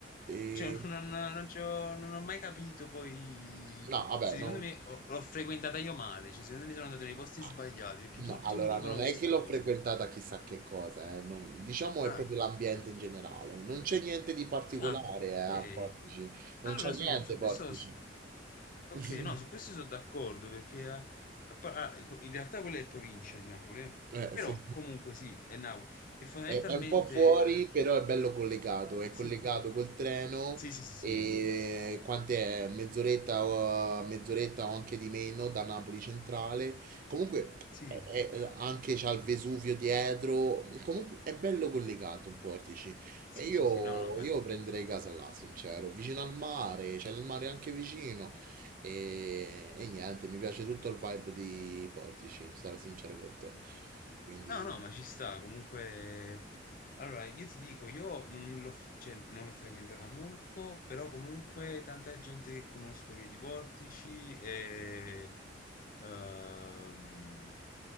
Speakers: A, on the right; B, on the left.
A: E...
B: cioè, <laughs> non, non ci ho non ho mai capito poi
A: No, vabbè,
B: se secondo
A: no.
B: me ho- l'ho frequentata io male, cioè secondo me sono andato nei posti
A: Ah,
B: sbagliati perché
A: no,
B: tutti
A: allora
B: mi dicono
A: non
B: questa
A: è che l'ho
B: cosa.
A: frequentata chissà che cosa, eh, non- diciamo
B: Ah,
A: è proprio l'ambiente in generale. Non c'è niente di particolare,
B: ah,
A: eh, al
B: ok.
A: Portici. Non
B: Allora,
A: c'è niente
B: su, no, su questo,
A: Portici.
B: s- ok,
A: <laughs>
B: no, su questo sono d'accordo perché eh, pa- ah, in realtà quella è provincia di Napoli, eh.
A: Eh,
B: Però
A: sì.
B: comunque sì, è Napoli e fondamentalmente
A: È, è un po' fuori,
B: eh,
A: però è bello collegato, è
B: sì.
A: collegato col treno
B: Sì, sì, sì, sì.
A: e quant'è? Mezz'oretta o, mezz'oretta o anche di meno da Napoli Centrale. Comunque
B: Sì.
A: è- è- anche c'ha il Vesuvio dietro, comunque è bello collegato il Portici.
B: Sì,
A: E io,
B: sì, sì, no, no, ma
A: io prenderei casa là, sincero, vicino al mare, c'è il mare anche vicino. E, e niente, mi piace tutto il vibe di Portici, sarò sincero con te. Quindi...
B: no, no, ma ci sta, comunque allora io ti dico, io non l'ho f- cioè, non l'ho frequentata molto, però comunque tanta gente che conosco che di Portici e ehm,